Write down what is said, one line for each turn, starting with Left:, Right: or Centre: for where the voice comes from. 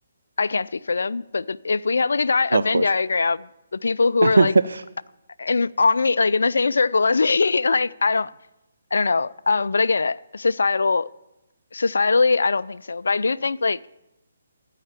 Left: I can't speak for them, but the, if we had like a di
Right: Of
Left: a Venn
Right: course.
Left: diagram, the people who
Right: <laughs>
Left: are like in on me, like in the same circle as me, <laughs> like I don't, I don't know. Um, but again, societal, societally, I don't think so. But I do think like